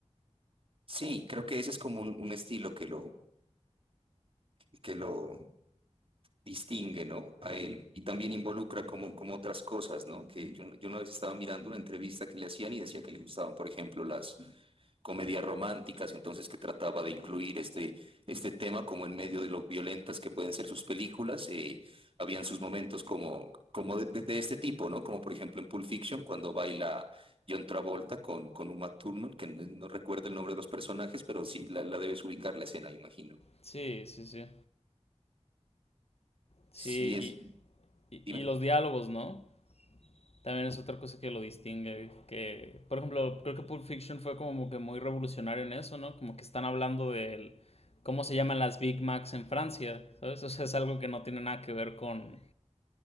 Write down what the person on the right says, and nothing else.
Sí, creo que ese es como un, un estilo que lo que lo distingue, ¿no? A él. Y también involucra como, como otras cosas, ¿no? Que yo, yo una vez estaba mirando una entrevista que le hacían y decía que le gustaban, por ejemplo, las comedias románticas, entonces que trataba de incluir este, este tema como en medio de lo violentas que pueden ser sus películas. eh, habían sus momentos como, como de, de- de este tipo, ¿no? Como por ejemplo en Pulp Fiction, cuando baila John Travolta con, con Uma Thurman, que no no recuerdo el nombre de los personajes, pero sí la, la debes ubicar la escena, imagino.
Sí es,
dime.